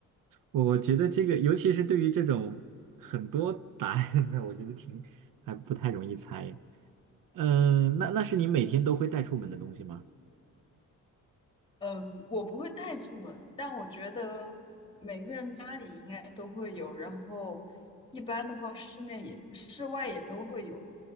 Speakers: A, on the right; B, on the left.
A: 我我觉得这个，尤其是对于这种很多答案的，我觉得挺还不太容易猜。嗯，那那是你每天都会带出门的东西吗？
B: 嗯，我不会带出门，但我觉得每个人家里应该都会有，然后一般的话室内也室外也都会有，